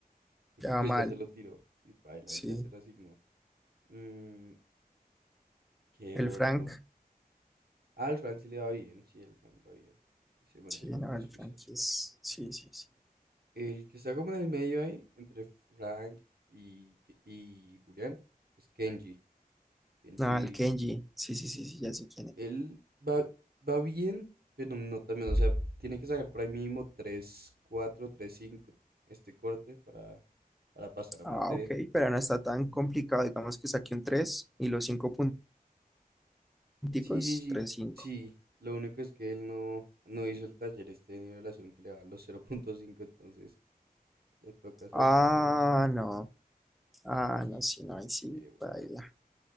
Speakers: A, on the right; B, in the centre.
A: porque
B: Ya
A: pues
B: va mal,
A: ya se lo tiró. Y baila,
B: sí.
A: él ya se resignó. Mm, ¿qué
B: El
A: otro?
B: Frank,
A: Ah, al Fran sí le va bien, sí, el Fran va bien. Ese, bueno,
B: sí,
A: es,
B: no,
A: ju- es
B: el
A: juicioso.
B: Frank es, sí, sí, sí.
A: El que está como en el medio ahí, entre Frank y, Ke- y Julián, es Kenji. Kenji,
B: Ah, el Kenji. Sí, sí, sí, sí, ya sé quién es.
A: él va, va bien, pero no también, o sea, tiene que sacar por ahí mínimo 3 4 3 5 este corte para, para pasar a materia.
B: Ah, ok, pero no está tan complicado. Digamos que saqué un tres y los cinco punticos,
A: Sí, sí, sí,
B: tres cinco
A: sí. Lo único es que él no, no hizo el taller este de nivelación que le da los cero punto cinco entonces le toca esforzarse
B: Ah,
A: más.
B: no. Ah,
A: Sí,
B: no, sí, no, ahí sí,
A: qué hueva.
B: baila.